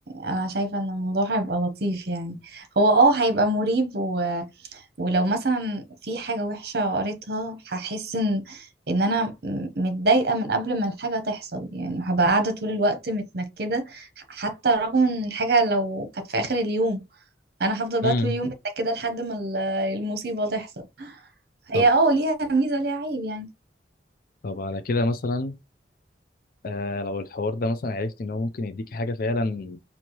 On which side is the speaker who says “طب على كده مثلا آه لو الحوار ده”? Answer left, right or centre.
Left